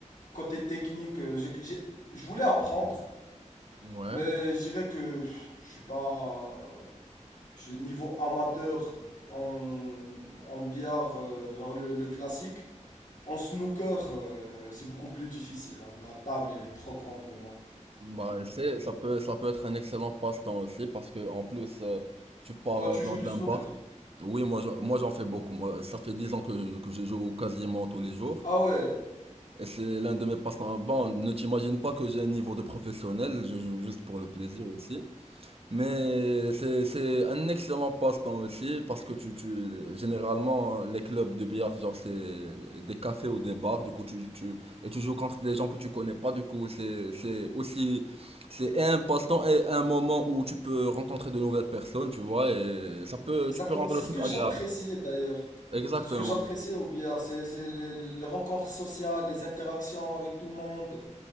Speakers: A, on the left; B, on the right.
A: Côté technique, euh, j'ai- j'ai- je voulais apprendre.
B: ouais.
A: Mais je dirais que je suis pas. Je suis niveau amateur en, en billard, euh, genre le, le classique. En snooker, euh, c'est beaucoup plus difficile. hein. La table, elle est trop grande pour moi.
B: Bah, c'est, ça peut, ça peut être un excellent passe-temps aussi, parce que, en plus, euh, tu pars
A: Toi,
B: euh,
A: tu
B: dans
A: joues du snooker?
B: un bar. Oui, moi, je- moi, j'en fais beaucoup. Moi, ça fait 10 ans que, que je joue quasiment tous les jours.
A: Ah ouais,
B: Et c'est l'un de mes passe-temps. Bon, ne t'imagine pas que j'ai un niveau de professionnel, je joue juste pour le plaisir aussi. Mais c'est, c'est un excellent passe-temps aussi, parce que tu, tu, généralement, les clubs de billard, genre, c'est des cafés ou des bars, du coup, tu, tu, et tu joues contre des gens que tu connais pas, du coup, c'est, c'est aussi, c'est un passe-temps et un moment où tu peux rencontrer de nouvelles personnes, tu vois, et ça peut,
A: exactement.
B: tu peux rendre
A: C'est
B: le
A: ce
B: truc
A: que j'appréciais
B: agréable.
A: d'ailleurs.
B: Exactement.
A: C'est ce que j'appréciais au billard. C'est c'est les, les- les rencontres sociales, les interactions avec tout le monde.